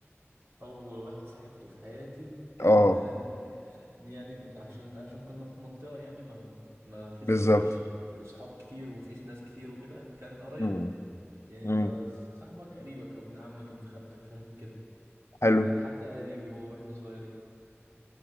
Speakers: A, on the right; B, on the left.
A: اول واحد صاحبته في حياتي كان
B: اه
A: آه، آه، يعني عشان عشان كنا في منطقة يعني ما ما فيش
B: بالظبط
A: فيش صحاب كتير وفيش ناس كتير وكده كان قرايبنا
B: مم.
A: يعني
B: مم.
A: انت صاحبك قريبك او ابن عمك ابن خالتك فاهم كده
B: حلو
A: فكان حد قريبي هو واحنا صغيرين